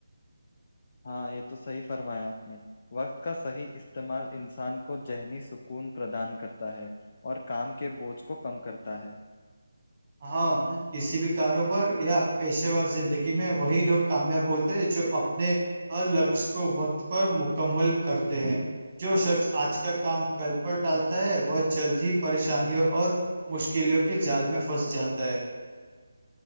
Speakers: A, on the left; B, on the right.
A: ہاں یہ تو صحیح فرمایا آپ نے وقت کا صحیح استعمال انسان کو ذہنی سکون پردان کرتا ہے اور کام کے بوجھ کو کم کرتا ہے
B: ہاں کسی بھی کاروبار یا پیشے وور زندگی میں وہی لوگ کامیاب ہوتے جو اپنے ہر لقش کو وقت پر مکمل کرتے ہیں جو شخص آج کا کام کل پر ٹالتا ہے بہت جلد ہی پریشانیوں اور مشکلوں کے جال میں پھنس جاتا ہے